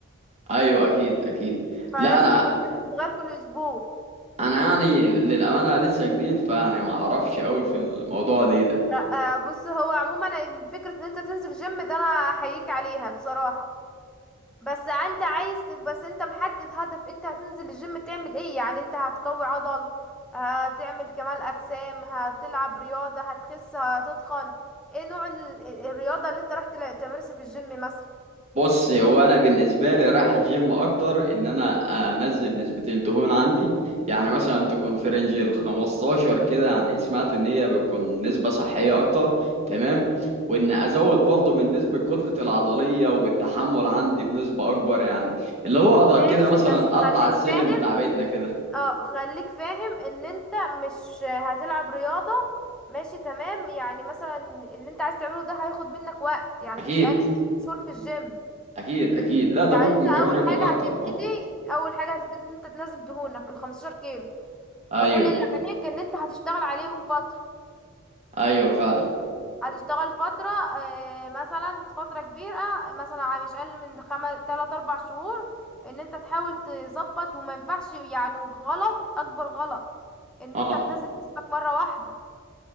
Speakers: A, on the right; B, in the centre.
A: أيوه أكيد أكيد
B: فلازم
A: لا أنا
B: البرنامج يتغير كل اسبوع
A: أنا يعني للأمانة لسه جديد فيعني ما أعرفش أوي في الموضوع دي ده
B: لا آه، بص هو عموما فكرة ان انت تنزل جيم ده انا احييك عليها بصراحة بس انت عايز تب- بس انت محدد هدف انت هتنزل الجيم تعمل ايه يعني انت هتقوي عضل هتعمل كمال اجسام هتلعب رياضة هتخس هتتخن ايه نوع ال- ال- الرياضة اللي انت راح تلا- تمارسها في الجيم مثلا
A: بص هو انا بالنسبه لي رايح الجيم اكتر ان انا انزل نسبه الدهون عندي يعني مثلا تكون في رينج ال 15 كده يعني سمعت ان هي بتكون نسبه صحيه اكتر تمام وان ازود برضه من نسبه كتله العضليه والتحمل عندي بنسبه اكبر يعني اللي هو اقدر
B: ماشي
A: كده مثلا
B: بس
A: اطلع
B: خليك
A: السلم
B: فاهم
A: بتاع بيتنا كده
B: اه خليك فاهم ان انت مش هتلعب رياضة ماشي تمام يعني مثلا اللي انت عايز تعمله ده هياخد منك وقت يعني
A: اكيد
B: مش اقل من ست شهور في الجيم
A: اكيد اكيد لا ده
B: يعني
A: ممكن
B: انت اول
A: كمان يكون
B: حاجة
A: اكتر
B: هتبتدي
A: اه
B: اول حاجة هتبتدي ان انت تنزل دهونك ال 15 كيلو
A: ايوه
B: فكل اللي عليك ان انت هتشتغل عليهم فترة
A: ايوه فعلا
B: هتشتغل فترة آه، مثلا فترة كبيرة مثلا ع- مش أقل من خمس تلات أربع شهور إن أنت تحاول تظبط وما ينفعش يعني غلط أكبر غلط إن
A: اه
B: أنت تنزل جسمك مرة واحدة